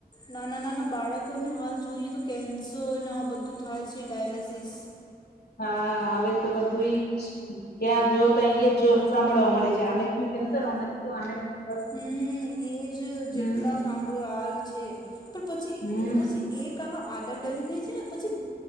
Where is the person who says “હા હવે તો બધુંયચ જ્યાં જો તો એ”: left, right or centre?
Left